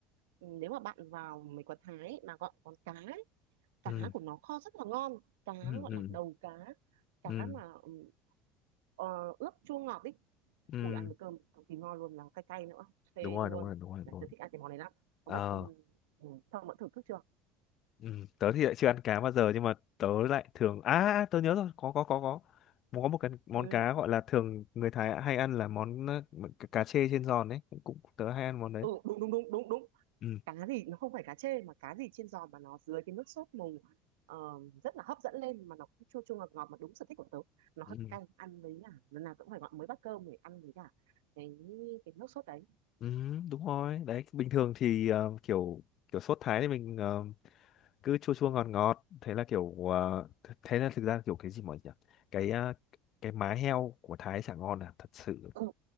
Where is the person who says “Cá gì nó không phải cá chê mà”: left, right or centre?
Right